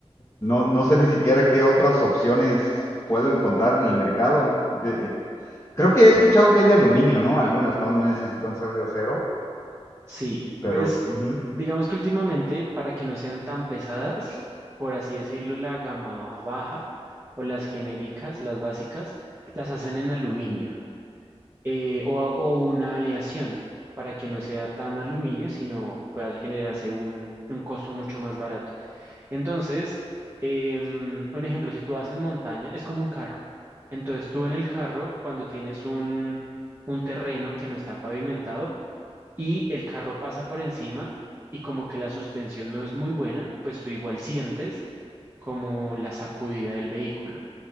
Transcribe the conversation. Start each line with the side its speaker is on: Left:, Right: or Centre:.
Left: no, no sé ni siquiera qué otras opciones puedo encontrar en el mercado. Que- eh, Creo que he escuchado que hay de aluminio, ¿no? Algunas no necesitan ser de acero,
Right: Sí,
Left: pero
Right: pues
Left: ujú.
Right: digamos que últimamente, para que no sean tan pesadas, por así decirlo, la gama baja o las genéricas, las básicas, las hacen en aluminio eh, o, a- o una aleación para que no sea tan aluminio, sino pueda generarse un, un costo mucho más barato. Entonces, em, un ejemplo, si tú haces montaña, es como un carro. Entonces tú en el carro, cuando tienes un, un terreno que no está pavimentado, y el carro pasa por encima y como que la suspensión no es muy buena, pues tú igual sientes como la sacudida del vehículo.